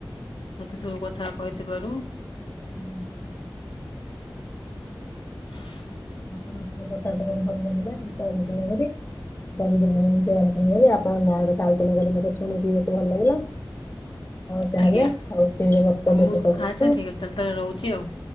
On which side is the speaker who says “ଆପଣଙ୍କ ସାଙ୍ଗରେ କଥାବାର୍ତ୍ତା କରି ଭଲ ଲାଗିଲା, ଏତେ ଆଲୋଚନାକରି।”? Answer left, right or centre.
Left